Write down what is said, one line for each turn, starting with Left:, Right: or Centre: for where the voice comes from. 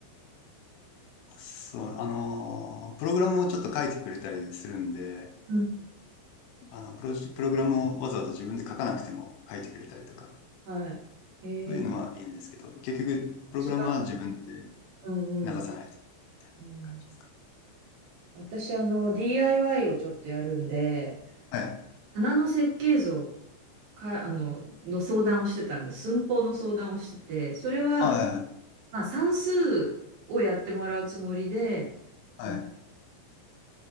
Left: そう、あの、プログラムをちょっと書いてくれたりするんで、
Right: うん、
Left: あの、プロジ、プログラムをわざわざ自分で書かなくても書いてくれたりとか、
Right: はい。えー、
Left: そういうのはいいんですけど、結局、プログラムは自分で
Right: 一番、うんうん
Left: 流さないという
Right: うん。
Left: 感じですか。
Right: 私、あの、DIY をちょっとやるんで、
Left: はい。
Right: 花の設計図をか、あの、の相談をしてたんで、寸法の相談をしてて、それは、
Left: はい。
Right: まあ、算数をやってもらうつもりで、
Left: はい。
Right: あの
Left: はい。